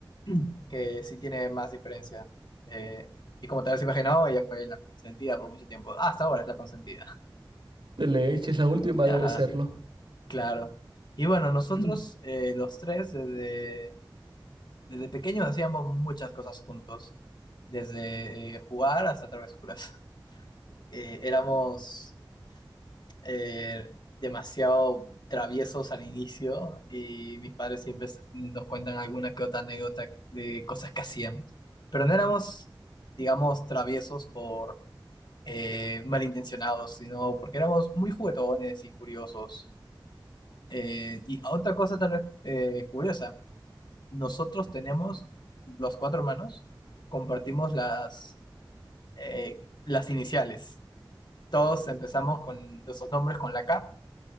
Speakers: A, on the left; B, on the right.
A: <clears throat> que sí tiene más diferencia. Eh, y como te habrás imaginado, ella fue la consentida por mucho tiempo. Ah, Hasta ahora es la consentida.
B: De leche es la última,
A: <laughs>
B: debe
A: Ajá,
B: serlo.
A: claro. Y bueno, nosotros, <clears throat> eh, los tres, desde Desde pequeños hacíamos muchas cosas juntos, desde eh, jugar hasta travesuras. <laughs> Eh, éramos eh, demasiado traviesos al inicio y mis padres siempre s- nos cuentan alguna que otra anécdota de cosas que hacíamos. Pero no éramos, digamos, traviesos por eh, malintencionados, sino porque éramos muy juguetones y curiosos. Eh, y otra cosa tal vez eh, curiosa. Nosotros tenemos, los cuatro hermanos, compartimos las, eh, las iniciales. Todos empezamos con nuestros nombres con la K